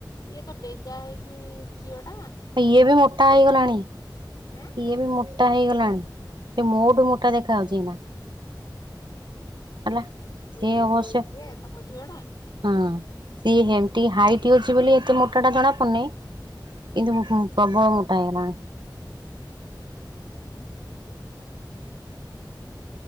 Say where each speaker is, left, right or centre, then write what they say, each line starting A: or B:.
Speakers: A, on the left; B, on the right.
A: ଇଏ ତ ଡେଙ୍ଗା ହେଇକି ଝିଅ ଟା।
B: ଇଏ ବି ମୋଟା
A: ଦେଖିଲା
B: ହେଇଗଲାଣି
A: ବେଳକୁ ଏଁ
B: ଇଏ ବି ମୋ ମୋଟା ହେଇଗଲାଣି। ସେ ମୋଠୁ ମୋଟା ଦେଖା ହଉଛି ନା। ହେଲା <unintelligible>
A: ଇଏ
B: ଅବଶ୍ୟ
A: ଯୋଉ ଇଏ ତମ ଝିଅ ଟା।
B: ହଁ ସିଏ ଯେମତି ହାଇଟ ଅଛି ବୋଲି ଏତେ ମୋଟା ଟା ଜଣା ପଡୁନି। କିନ୍ତୁ ହୁଁ ପ୍ରବଳ ମୋଟା ହେଇଲାଣି।
A: ହୁଁ ହୁଁ